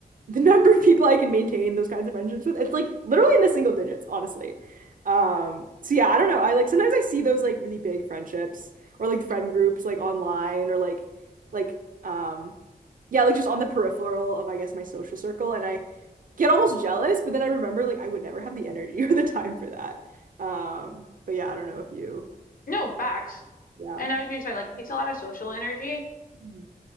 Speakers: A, on the right; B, on the left.
A: the <laughs> number of people I can maintain those kinds of friendships with, it's like literally in the single digits, honestly. Um, so yeah, I don't know. I like sometimes I see those like really big friendships or like friend groups like online or like like um yeah, like just on the peripheral of I guess my social circle and I get almost jealous, but then I remember like I would never have the energy <laughs> or the time for that. Um, but yeah, I don't know if you
B: No, facts.
A: yeah.
B: And as you said, like it takes a lot of social energy,
A: Mm.